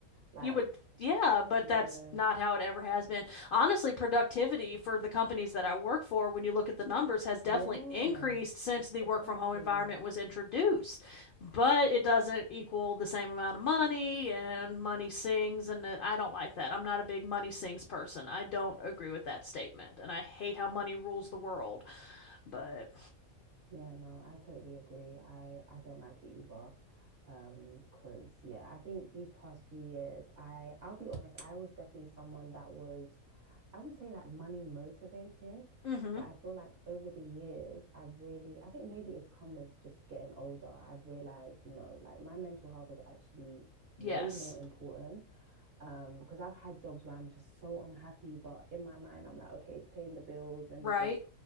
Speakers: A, on the right; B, on the left.
A: Like,
B: You would, yeah, but
A: yeah,
B: that's not how it ever has been. Honestly, productivity for the companies that I work for, when you look at the numbers, has definitely
A: yeah,
B: increased since the
A: exactly.
B: work from home environment was introduced. But it doesn't equal the same amount of money, and money sings, and uh, I don't like that. I'm not a big money sings person. I don't agree with that statement, and I hate how money rules the world. But,
A: Yeah, no, I totally agree. I I don't like it either. Um, because yeah, I think these past few years, I I'll be honest, I was definitely someone that was, I would say like money motivated,
B: mm-hmm,
A: but I feel like over the years, I've really, I think maybe it's come with just getting older. I've realized no, like my mental health is actually way
B: yes,
A: more important. Um, because I've had jobs where I'm just so unhappy, but in my mind, I'm like, okay, it's paying the bills. Let me
B: right.
A: just